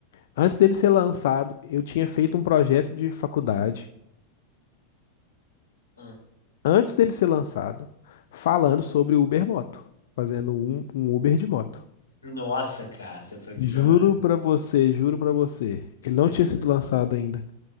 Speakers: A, on the left; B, on the left.
A: Antes dele ser lançado, eu tinha feito um projeto de faculdade,
B: Hum.
A: antes dele ser lançado, falando sobre o Ubermoto, fazendo um, um Uber de moto.
B: Nossa, cara, você foi visionário.
A: Juro pra você, juro pra você,
B: Você
A: ele
B: foi
A: não tinha
B: visionário.
A: sido lançado ainda.